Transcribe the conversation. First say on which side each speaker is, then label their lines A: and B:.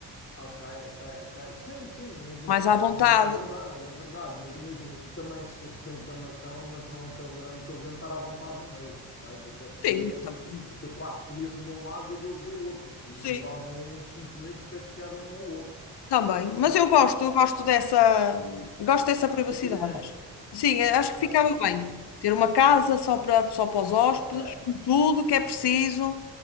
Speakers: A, on the left; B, on the left.
A: Ok, ok, ok. Sim, sim, imagina.
B: mais à vontade.
A: Não É verdade, é verdade. Mas imagina, tu também, se fosse dentro da mansão, a mansão é tão grande que eles iam estar à vontade na mesma, percebes? Até podia.
B: Sim, eu também.
A: O teu quarto podia ser de um lado e o deles do outro. E
B: Sim.
A: demoravam uns 5 minutos para chegar um ao outro.
B: Também,
A: Ou
B: mas
A: 5
B: eu gosto,
A: ou 10.
B: eu gosto dessa, gosto dessa privacidade.
A: Desta dinâmica.
B: acho. Sim, eh, acho
A: Ok,
B: que ficava
A: ok,
B: bem
A: ok.
B: ter uma casa só para só para os hóspedes,
A: Ok,
B: com tudo o que é preciso,